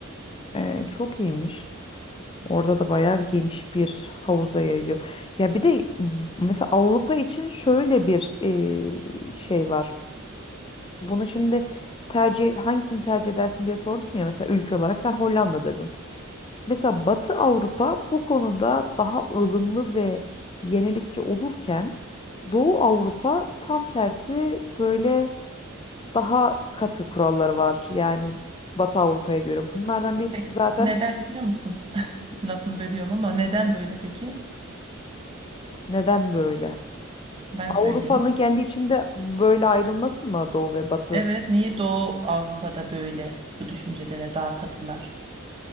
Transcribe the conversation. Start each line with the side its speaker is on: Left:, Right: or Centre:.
Left: Ee, çok iyiymiş. Orada da bayağı bir geniş bir havuza yayılıyor. Ya bir de m, mesela Avrupa için şöyle bir e, şey var. Bunu şimdi tercih hangisini tercih edersin diye sordum ya mesela ülke olarak sen Hollanda dedin. Mesela Batı Avrupa bu konuda daha ılımlı ve yenilikçi olurken Doğu Avrupa tam tersi böyle daha katı kuralları var. Yani Batı Avrupa'ya göre. Bunlardan birisi
Right: Peki.
Left: zaten
Right: Neden biliyor musun? Lafını bölüyorum ama neden böyle peki?
Left: neden böyle?
Right: Ben
Left: Avrupa'nın
Right: söyleyeyim.
Left: kendi içinde böyle ayrılması mı Doğu ve Batı?
Right: Evet, niye Doğu Avrupa'da böyle bu düşüncedeler daha katılar?